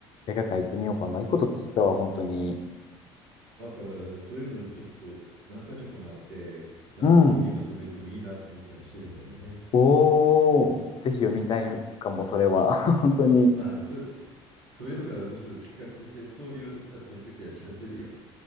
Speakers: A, on the left; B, on the right.
A: 映画館行ってみようかな。いいこと聞いたわ、本当に。
B: だからそういうのちょっと何箇所かもあって、なんか本にまとめてもいいなと思ったりしてるんだよね。
A: うん。おー、ぜひ読みたいかも、それは。<laughs> 本当に、
B: まあ、そう、そういうのがもしも企画として通るようだったら、その時は知らせるよ。